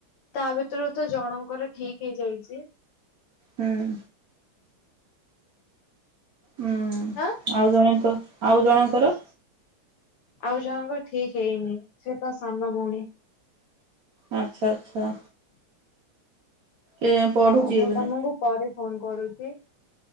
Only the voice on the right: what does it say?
ହୁଁ। ହୁଁ
ଆଉ ଜଣଙ୍କ ଆଉ ଜଣଙ୍କର।
ଆଚ୍ଛା ଆଚ୍ଛା। ଏ ପଢୁଛି
ଏବେ
ନା